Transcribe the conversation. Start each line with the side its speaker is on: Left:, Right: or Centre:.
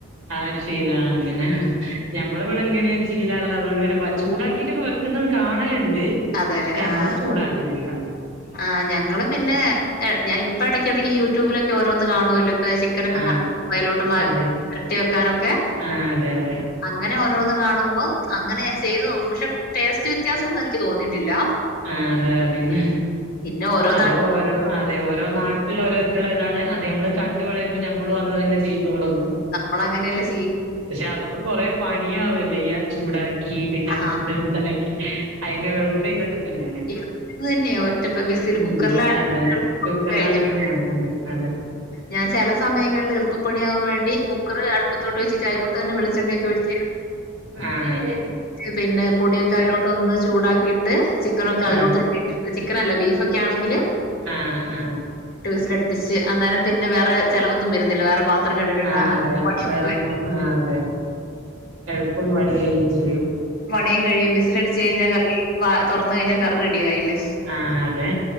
Right: ആഹ് ഒരു ശീല അങ്ങനെ ഞാ നമ്മള ഇവിടെ എങ്ങനെയ ചെയ്യീലാണല്ലോ അതുകൊണ്ട് പിന്നെ ചൂടാക്കിട്ടൊക്കെ വെക്കുന്നത് കാണലുണ്ട്
Left: അതേല്ലെ
Right: നമ്മള്
Left: ആഹ്
Right: ചൂടാക്കിനില്ല
Left: ആ ഞങ്ങൾ പിന്നെ ഞാനിപ്പം ഇടയ്ക്കിടക്ക് യൂട്യൂബിലൊക്കെ ഓരോന്ന് കാണുമല്ലോ ചിക്കനൊക്കെ
Right: ആഹ്
Left: അലോട്ട്രട്ടി
Right: അതെ
Left: <unintelligible> വെക്കാനൊക്കെ
Right: ആഹ് അതെ അതെ
Left: അങ്ങനെ ഓരോന്ന് കാണുമ്പോം അങ്ങനെ ചെയ്തു നോക്കും പക്ഷെ ടേസ്റ്റ് വ്യത്യാസം ഒന്നും എനിക്ക് തോന്നിയിട്ടില്ല
Right: ആഹ് അതെ പിന്നെ
Left: പിന്നെ ഓരോ
Right: അതോ
Left: നാ
Right: ഓരോ അതെ ഓരോ നാട്ടിലും ഓരോ ഇതാണ് അത് നമ്മള് കണ്ടണ്ട് വളരുമ്പോൾ നമ്മളും അത് തന്നെ ചെയ്തു തുടങ്ങും.
Left: നമ്മള അങ്ങനെയല്ല ശീ
Right: പക്ഷെ അതൊക്കെ കൊറെ പണിയാവല്ലേ ഈ ആ ചൂടാക്കി പിന്നെ
Left: ആ
Right: അടുത്തത് ഉണ്ടാക്കി അതിന് എളുപ്പം ഇതൊക്കെ തന്നെയല്ലേ
Left: ഇത് തന്നെയാ ഒറ്റ വിസിൽ
Right: ഉം
Left: കുക്കറിലാണെങ്കിൽ
Right: അതെ കുക്കറിലാണെങ്കിൽ
Left: കഴിഞ്ഞല്ലോ.
Right: അതെ അതെ
Left: ഞാൻ ചില സമയങ്ങളിൽ എളുപ്പപ്പണിയാവാൻ വേണ്ടി കുക്കറ് അടു അടുപ്പത്ത് വച്ചിട്ട് അതിലോട്ട് തന്നെ വെളിച്ചെണ്ണയൊക്കെ ഒഴിച്ച്
Right: ആഹ് അതെ
Left: പിന്നെ പൊടിയൊക്കെ അതിലോട്ട് ഒന്ന് ചൂടാക്കിയിട്ട് ചിക്കനൊക്കെ
Right: ആഹ്
Left: അതിലോട്ട് ചിക്കനല്ല ബീഫൊക്കെ ആണെങ്കിൽ
Right: ആഹ് ആഹ്
Left: സിലടുപ്പിച്ച് അന്നേരം പിന്നെ വേ ചിലവൊന്നും വരുന്നില്ല വേറെ പാത്രം കഴുകണ്ട.
Right: ആഹ് ഹ
Left: അങ്ങനത്തെ
Right: അതെ
Left: പണിയൊന്നും
Right: വേറെൊന്നും
Left: വര
Right: ആ അതെ എളുപ്പം പണികഴിയും ശ
Left: ക കഴിയും വിസിൽ അടച്ച് കഴിഞ്ഞാൽ കറി തുറന്ന കഴഞ്ഞാൽ കറി റെഡിയ ആയില്ലെ
Right: ആഹ് അതെ